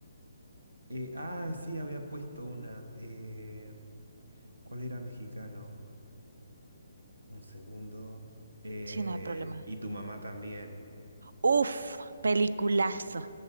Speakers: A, on the right; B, on the right.
A: Eh, ah, sí, había puesto una. eh, ¿cuál era mexicano? Un segundo. Eh,
B: Sí, no hay problema.
A: y tu mamá también.
B: Uf, peliculazo.